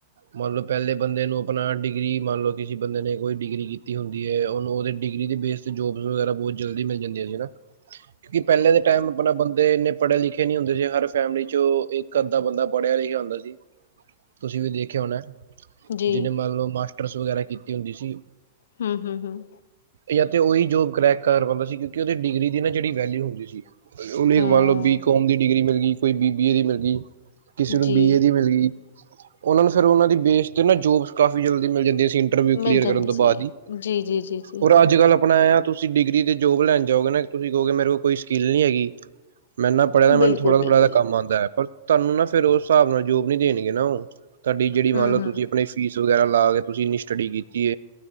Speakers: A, on the right; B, on the left.
A: ਮੰਨ ਲੋ ਪਹਿਲੇ ਬੰਦੇ ਨੂੰ ਆਪਣਾ ਡਿਗਰੀ ਮੰਨ ਲੋ ਕਿਸੇ ਬੰਦੇ ਨੇ ਕੋਈ ਡਿਗਰੀ ਕੀਤੀ ਹੁਣ ਦੀ ਐ ਉਹਨੂੰ ਉਹਦੇ ਡਿਗਰੀ ਦੇ ਬੇਸ ਤੇ ਜੋਬਸ ਵਗੈਰਾ ਬਹੁਤ ਜਲਦੀ ਮਿਲ ਜਾਂਦੀਆਂ ਸੀ ਨਾ। ਕਿਉਂਕਿ ਪਹਿਲੇ ਦੇ ਟਾਈਮ ਆਪਣਾ ਬੰਦੇ ਇੰਨੇ। ਪੜ੍ਹੇ ਲਿਖੇ ਨੀ ਹੁੰਦੇ ਸੀ। ਹਰ ਫੈਮਲੀ ਚੋਂ ਇੱਕ ਅੱਧਾ ਬੰਦਾ ਪੜ੍ਹਿਆ ਲਿਖਿਆ ਹੁੰਦਾ ਸੀ। ਤੁਸੀਂ ਵੀ ਦੇਖਿਆ ਹੋਣਾ।
B: ਜੀ
A: ਜਿਹਨੇ ਮੰਨ ਲਓ ਮਾਸਟਰਸ ਵਗੈਰਾ ਕੀਤੀ ਹੁੰਦੀ ਸੀ।
B: ਹੂੰ- ਹੂੰ- ਹੂੰ।
A: ਜਾਂ ਤੇ ਉਹੀ ਜੋਬ ਕਰੈਕ ਕਰ ਪਾਉਂਦਾ ਸੀ ਕਿਉਂਕਿ ਉਹਦੀ ਡਿਗਰੀ ਦੀ ਨਾ ਜਿਹੜੀ ਵੈਲਿਊ ਹੁੰਦੀ ਸੀ। ਨ
B: ਹੂੰ
A: ਮੰਨ ਲੋ ਬੀ ਕੋਮ ਦੀ ਡਿਗਰੀ ਮਿਲਗੀ ਕੋਈ ਬੀ ਬੀ ਏ ਦੀ ਮਿਲਗੀ। ਕਿਸੇ ਨੂੰ
B: ਜੀ
A: ਬੀ ਏ ਦੀ ਮਿਲਗੀ। ਉਹ ਨੂੰ ਫਿਰ ਉਹਨਾਂ ਦੀ ਬੇਸ ਤੇ ਨਾ ਜੋਬਸ ਕਾਫ਼ੀ ਜਲਦੀ ਮਿਲ ਜਾਂਦੀਆਂ ਸੀ। ਇੰਟਰਵਿਊ ਕਲੀਅਰ
B: ਮਿਲ ਜਾਂਦੀ
A: ਕਰਨ ਤੋਂ
B: ਸੀ
A: ਬਾਅਦ ਹੀ
B: ਜੀ ਜੀ ਜੀ ਜੀ
A: ਔਰ ਅੱਜ ਕਲ ਆਪਣਾ ਆ। ਤੁਸੀਂ ਡਿਗਰੀ ਤੇ ਜੋਬ ਲੈਣ ਜਾਓਗੇ ਨਾ, ਤੁਸੀਂ ਕਹੋਗੇ ਮੇਰੇ ਕੋਲ ਕੋਈ ਸਕਿੱਲ ਨੀ ਹੈਗੀ। ਮੈ ਇਨਾ ਪੜ੍ਹਿਆ ਤਾਂ ਮੈਨੂੰ
B: ਬਿਲਕੁਲ
A: ਥੋੜ੍ਹਾ ਥੋੜਾ
B: ਬਿਲਕੁਲ
A: ਕੰਮ ਆਉਂਦਾ ਹੈ, ਪਰ ਤਾਨੂੰ ਨਾ ਫਿਰ ਉਸ ਹਿਸਾਬ ਨਾਲ ਜੋਬ ਨੀ ਦੇਣਗੇ ਨਾ ਉਹ। ਤੁਹਾਡੀ ਜਿਹੜੀ ਮੰਨ
B: ਹੂੰ
A: ਲਓ, ਤੁਸੀਂ
B: ਹੂੰ
A: ਆਪਣੇ ਫੀਸ ਵਗੈਰਾ ਲਾ ਕੇ ਤੁਸੀਂ ਇੰਨੀ ਸਟੱਡੀ ਕੀਤੀ।